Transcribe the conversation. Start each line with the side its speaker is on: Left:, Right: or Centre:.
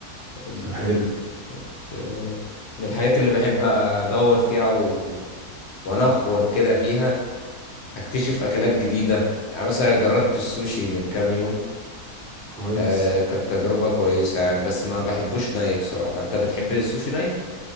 Left: ال-
Right: طب حلو
Left: كانت آه، من الحاجات اللي بحب ادور فيها و... وانخور كده فيها اكتشف اكلات جديده يعني مثلا جربت السوشي من كام يوم
Right: كويس
Left: آه كانت تجربه كويسه يعني بس ما بحبوش ني بصراحه انت بتحب السوشي ني